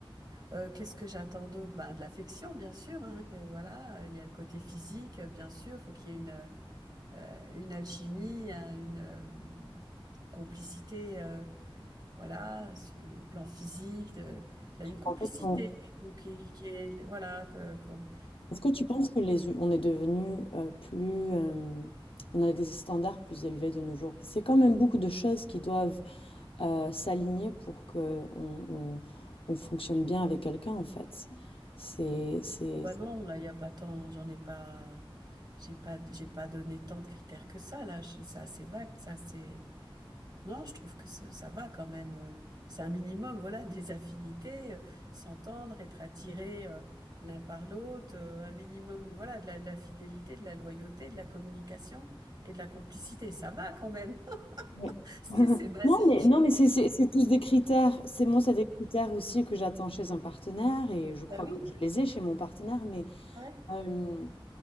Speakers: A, on the right (about 50°); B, on the left (about 75°).
A: Euh, qu'est-ce que j'attends d'autre? Ben, de l'affection, bien sûr, hein, que voilà, euh, il y a le côté physique, euh, bien sûr, il faut qu'il y ait une euh, une alchimie, un- une euh, complicité, euh, voilà, sur le plan physique, de- là, une complicité
B: En fait, quand,
A: qui, qui est, voilà, que, qu'on-
B: Est-ce que tu penses que les, hu- on est devenu euh, plus, euh, on a des standards plus élevés de nos jours? Parce que c'est quand même beaucoup de choses qui doivent euh, s'aligner pour que on, on- on fonctionne bien avec quelqu'un en fait. C'est, c'est.
A: bon, bah non, là, il n'y a pas tant, j'en ai pas, j'ai pas, j'ai pas donné tant de critères que ça, là, je- c'est assez vague, ça, c'est, assez- Non, je trouve que ça ça va quand même. euh, C'est un minimum, voilà, <laughs> des affinités, euh, s'entendre, être attiré euh, l'un par l'autre, euh, un minimum, voilà, de la, de la fidélité, de la loyauté, de la communication et de la complicité. Ça va quand même. <laughs>
B: Ouais.
A: C'est
B: <laughs>
A: c'est basique.
B: Non mais non mais c'est c'est- c'est tous des critères. C'est moi c'est des critères aussi que j'attends chez un partenaire et je crois
A: Bah oui.
B: que je les ai chez mon partenaire. Mais
A: Ouais.
B: euh,